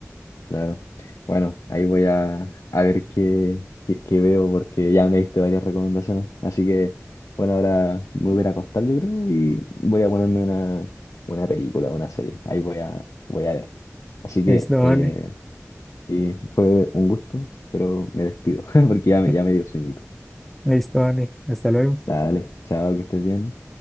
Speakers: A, on the left; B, in the centre.
A: Claro. Bueno, ahí voy a, a ver qué, qué, qué veo porque ya me diste varias recomendaciones. Así que, bueno, ahora me voy a ir a acostar, yo creo, y voy a ponerme una, una película, una serie. Ahí voy a, voy a ver. Así que,
B: Listo, vale.
A: eh, sí, fue un gusto, pero me despido <laughs> porque ya, me-
B: <laughs>
A: ya me dio sueñito.
B: Listo, vale. Hasta luego.
A: Dale, chao, que estés bien.